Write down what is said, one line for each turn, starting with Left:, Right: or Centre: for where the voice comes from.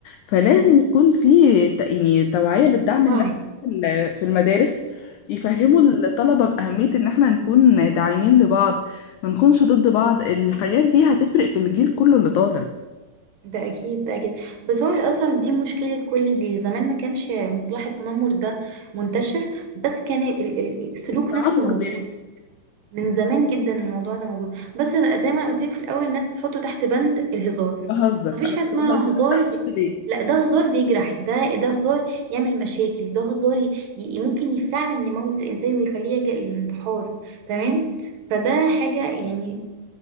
Left: فلازم
Right: مهم.
Left: يكون في ت- يعني توعية للدعم
Right: وعي
Left: النفسي في ال- في المدارس يفهموا
Right: مهم.
Left: الطلبة بأهمية ان احنا نكون داعمين لبعض ما نكونش ضد بعض الحاجات دي هتفرق في الجيل كله اللي طالع
Right: ده اكيد ده اكيد بس هو اللي اصلا دي مشكله كل جيل زمان ما كانش مصطلح التنمر ده منتشر بس كان ال- ال- السلوك
Left: التنمر
Right: نفسه موجود
Left: بيحصل
Right: من زمان جدا الموضوع ده موجود بس زي ما انا قلت لك في الاول الناس بتحطه تحت بند الهزار
Left: بهزر
Right: مفيش
Left: انا كنت
Right: حاجه اسمها
Left: بهزر
Right: هزار
Left: انت قفشت ليه
Right: لا ده هزار بيجرح ده ده هزار يعمل مشاكل ده هزار ي... ي- ممكن فعلا يموت الانسان ويخليه يلجأ للانتحار تمام فده حاجه يعني